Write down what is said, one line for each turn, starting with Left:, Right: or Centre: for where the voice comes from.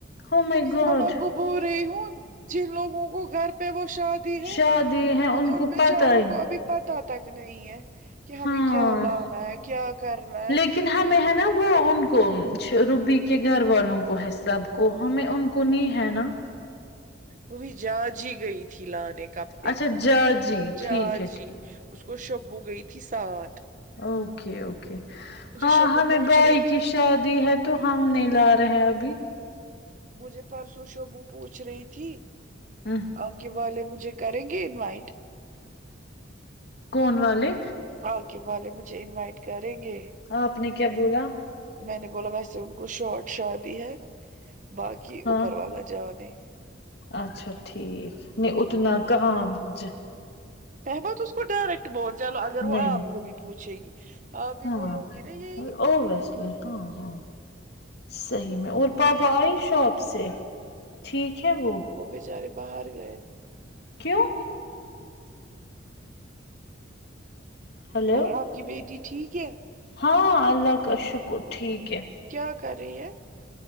Left: ہو مائی
Right: میں
Left: گاڈ
Right: ما کو بول رہی ہوں جن لوگوں کو گھر پر پہ وہ شادی ہے
Left: شادی ہے کو
Right: ان بیچاروں
Left: پتا ہی
Right: کو ابھی پتا تک نہیں ہے کہ ہمیں
Left: ہاں
Right: کیا لانا ہے کیا کرنا ہے
Left: لیکن ہمیں
Right: پھر
Left: ہے نہ وہ ان کو روبی کے گھر والوں کو ہے سب کو ہمیں ان کو نہیں ہے نا
Right: وہی جاجی گئی تھی لا نے کپڑے
Left: اچھا جا جی
Right: جا
Left: ٹھیک ہے
Right: جی اس کو شبو گئی تھی سات
Left: اوکے اوکے ہاں
Right: شبو
Left: ہمیں
Right: پوچھ
Left: بھائی
Right: رہی تھی
Left: کی شادی ہے تو ہم نہیں لا رہے ہیں ابھی
Right: مجھے پرسوں شبو پوچھ رہی تھی
Left: ہ
Right: آپ کے والے مجھے کریں گے انوائٹ
Left: کون والے
Right: آگے والے مجھے انوائٹ کریں گے
Left: ہاں آپ نے کیا بولا
Right: میں نے بولا ویسے ان کو شارٹ شادی ہے باق کی
Left: ہاں
Right: اپر والا جا نے
Left: اچھا ٹھیک نہیں اتنا کہاں ج
Right: آئے بعد اس کو ڈائریکٹ بول جلو اگر وہ
Left: نہیں
Right: آپ کو بھی پوچھے گی آپ بھی
Left: ہاں
Right: بولو
Left: ہاں
Right: گی نا یہی
Left: اووییسلی ہاں ہاں صحیح میں اور پپاآئی شاپ سے ٹھیک ہے وہ
Right: بچارے باہر گئے
Left: کیوں ہلو
Right: اور آپ کی بیٹی ٹھیک ہے
Left: ہاں اللہ کا شکر ٹھیک ہے
Right: کیا کر رہی ہے